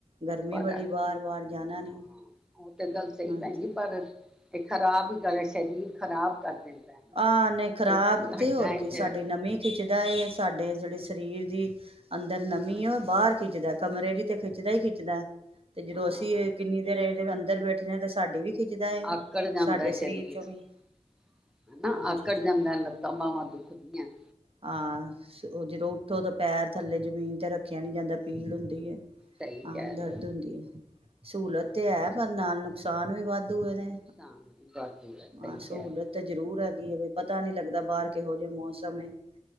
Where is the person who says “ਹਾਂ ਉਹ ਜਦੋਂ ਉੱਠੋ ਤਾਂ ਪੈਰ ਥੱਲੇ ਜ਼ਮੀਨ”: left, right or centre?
Right